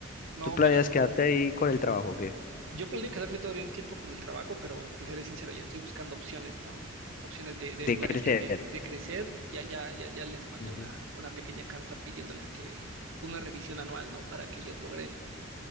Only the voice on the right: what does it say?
No,
mires,
yo planeo quedarme todavía un tiempo con el trabajo, pero te seré sincero, ya estoy buscando opciones, ¿no? Opciones de, de
lugares
que me, de crecer. Ya, ya, ya, ya les mandé
una, una pequeña carta pidiéndoles que una revisión anual, ¿no? Para que ellos logren